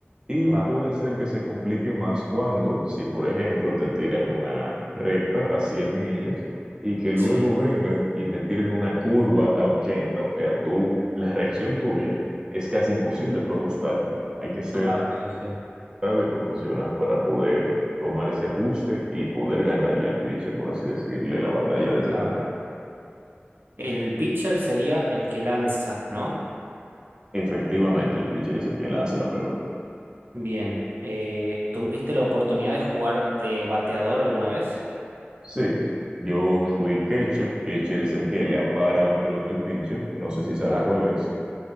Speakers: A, on the right; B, on the right.
A: y
B: Claro.
A: puede hacer que se complique más cuando, si por ejemplo te tiran una recta a 100 millas y que luego
B: Sí,
A: vengan y te tiren una curva a ochenta o sea, tú, la reacción tuya es casi imposible tú ajustarte. Hay que ser
B: claro, sí, sí,
A: sabio y profesional para poder tomar ese ajuste y poder ganarle al pitcher, por así decirle, la batalla de ese
B: claro.
A: momento.
B: El pitcher sería el que lanza, ¿no?
A: Efectivamente, el pitcher es el que lanza la pelota.
B: Bien. Eh, ¿tuviste la oportunidad de jugar de bateador alguna vez?
A: Sí, yo fui catcher. Catcher es el que le apara la pelota al pitcher. No sé si sabes
B: Claro.
A: cuál es.